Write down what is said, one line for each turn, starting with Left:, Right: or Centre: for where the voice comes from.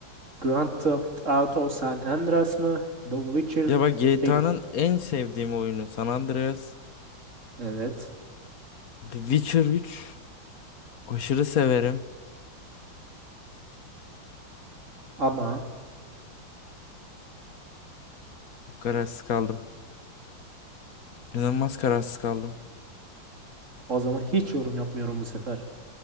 Right: Grand Theft Auto San Andreas mı? The Witcher
Left: Ya bak GTA'nın
Right: 3.
Left: en sevdiğim oyunu San Andreas.
Right: Evet.
Left: The Witcher 3 Aşırı severim.
Right: Ama
Left: Çok kararsız kaldım. İnanılmaz kararsız kaldım.
Right: o zaman hiç yorum yapmıyorum bu sefer.